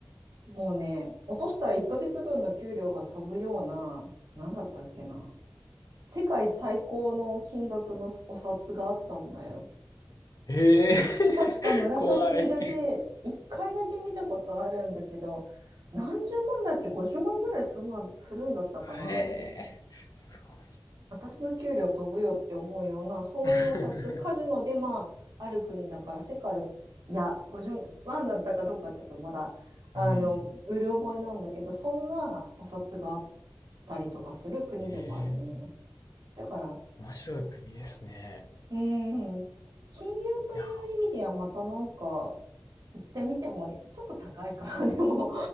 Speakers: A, on the right; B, on the left.
A: もうね、落としたら1ヶ月分の給料が飛ぶような、なんだったっけな、世界最高の金額のお札があったんだよ。
B: ん。へえ。
A: 確か紫色で、
B: <laughs> 怖い。
A: 1回だけ見たことあるんだけど、何十万だっけ、50万ぐらいそんなするんだったかな。
B: へえ。そう。
A: 私の給料飛ぶよって思うような、そういうお札、
B: <laughs>
A: カジノで、まあ、ある国だから世界いや、50万だったかどうかちょっとまだ、あの、
B: うん。
A: うる覚えなんだけど、そんなお札があったりとかする国でもあるね。
B: へえ。
A: だから、
B: 面白い国ですね。
A: うーん、金融という意味ではまたなんか
B: いや、
A: 行ってみてもいいちょっと高いか、<laughs> でも、